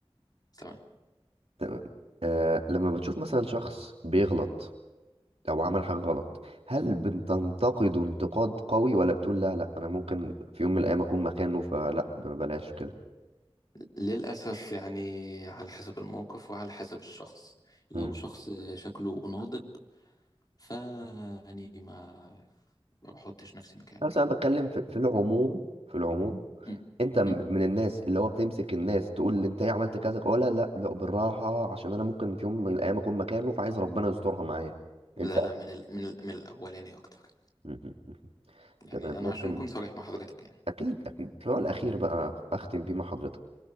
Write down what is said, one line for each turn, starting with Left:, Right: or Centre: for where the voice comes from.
Left: تمام
Right: تمام. آه لما بتشوف مثلا شخص بيغلط او عمل حاجة غلط هل بتنتقده انتقاد قوي ولا بتقول لا لا انا ممكن في يوم من الايام اكون مكانه فلا ب- بلاش
Left: للأسف يعني على حسب الموقف وعلى حسب الشخص لو
Right: كده
Left: شخص شكله ناضج فأني ما ما بحطش نفسي مكانه
Right: بس
Left: يعني
Right: انا بتكلم في, في العموم في العموم
Left: م.
Right: انت م-
Left: م.
Right: من الناس اللي هو بتمسك الناس تقول لي انت ايه عملت كذا ولا لا لا بالراحه عشان انا ممكن في يوم من الايام اكون مكانه فعايز ربنا يسترها معايا
Left: لا
Right: انت
Left: لا من ال... من ال... من الأولاني أكتر
Right: مهم. <laughs>
Left: يعني
Right: تمام
Left: أنا
Right: ممكن
Left: عشان أكون صريح مع حضرتك يعني
Right: اكيد اكيد السؤال الاخير بقى اختم بيه مع حضرتك